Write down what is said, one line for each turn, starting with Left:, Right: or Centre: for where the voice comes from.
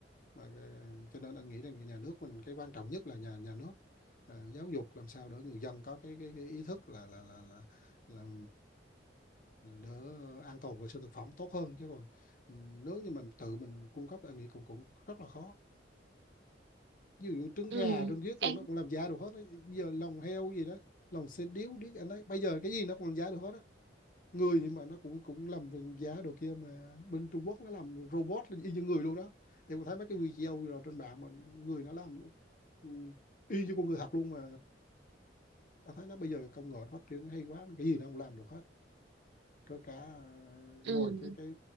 Left: mà cái- cho nên anh nghĩ rằng nhà nước mình cái quan trọng nhất là nhà nhà nước ờ, giáo dục làm sao để người dân có cái cái, cái ý thức là là là là, là đỡ an toàn vệ sinh thực phẩm tốt hơn chứ còn ừ, nếu như mình tự mình cung cấp anh nghĩ cũng cũng rất là khó ví dụ trứng
Right: ừ
Left: gà trứng ghiếc
Right: em
Left: đồ nó cũng làm giả được hết đó. bây giờ lòng heo gì đó lòng xe điếu điếc anh ấy bây giờ cái gì nó cũng làm giả được hết á người nhưng mà nó cũng cũng làm bằng giả đồ kia mà bên Trung Quốc nó làm robot y như người luôn đó em có thấy mấy cái video rồi trên mạng mà người nó làm ừ, y như con người thật luôn mà ta thấy nó bây giờ công nghệ nó phát triển hay quá cái gì nó cũng làm được hết có cả ờ,
Right: ừ,
Left: ngồi cái cái